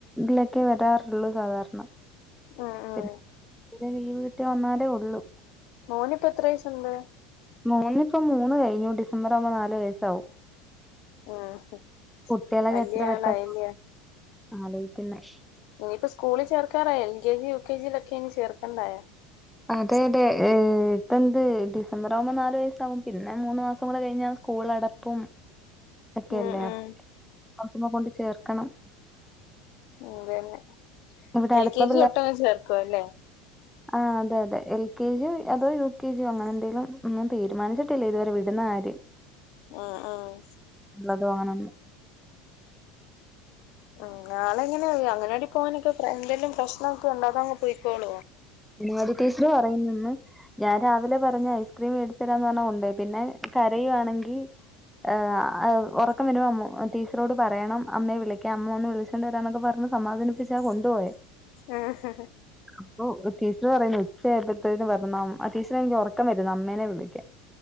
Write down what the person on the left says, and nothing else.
ഉം ഉം
മോനിപ്പെത്ര വയസുണ്ട്?
ഉം
വല്യ
ആളായല്ലേ
ഇനിപ്പൊ സ്കൂളിൽ ചേർക്കാറായി L K G U K ജിയിലൊക്കിനി ചേർക്കണ്ടായോ
<inaudible>
ഉം
അതന്നെ
എൽ കെ
ജി തൊട്ടങ്ങ്
ചേർക്കും അല്ലേ
ആഹ് ആഹ്
ഉം ആളെങ്ങനെയാ ഈ അങ്കനവാടി പോകാനൊക്കെ എന്തെലും പ്രശ്നൊക്കെ ഉണ്ടാക്കോ അങ്ങ് പോയിക്കോളോ?
ആഹ്